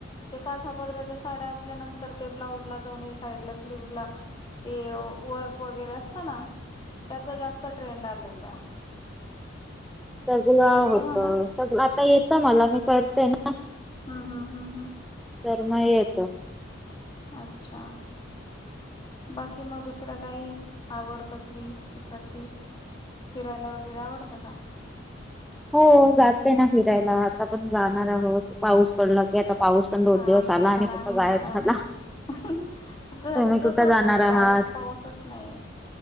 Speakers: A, on the left (about 25°); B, in the centre.
A: ते काठा पदराच्या साड्या असल्यानंतर ते ब्लाऊज ला दोन्ही साईड ला स्लीवज ला ते वर्क वगैरे असत ना, त्याचा जास्त ट्रेंड आलेलाय
B: सगला होत,
A: म्हणा
B: सगल आता येतं मला मी करते ना
A: ह, ह, ह, ह
B: तर म येत.
A: अच्छा! बाकी मग दुसर काही आवड कसली इकाची, फिरायला वगैरे आवडतं का?
B: हो जाते ना फिरायला, आता पण जाणार आहोत पाऊस पडला की आता पाऊस पण दोन
A: हा
B: दिवस
A: आमचा
B: आला आणि
A: पण आहे
B: कुठं गायब
A: प्लॅन
B: झाला.
A: <unintelligible> तसच
B: तुम्ही कुठं
A: होत,
B: जाणार
A: यावेेळेस
B: आहात
A: पाऊसच नाइये